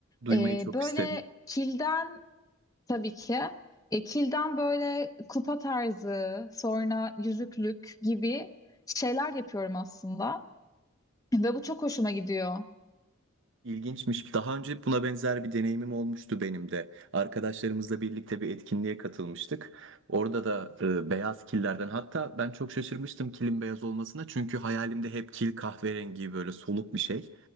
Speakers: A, on the right; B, on the left.
A: Duymayı
B: Ee,
A: çok
B: böyle
A: isterim.
B: kilden tabii ki. e, kilden böyle kupa tarzı, sonra yüzüklük gibi şeyler yapıyorum aslında. Ve bu çok hoşuma gidiyor.
A: İlginçmiş. Daha önce buna benzer bir deneyimim olmuştu benim de. Arkadaşlarımızla birlikte bir etkinliğe katılmıştık. Orada da e, beyaz killerden hatta ben çok şaşırmıştım kilin beyaz olmasına. Çünkü hayalimde hep kil kahverengi böyle soluk bir şey.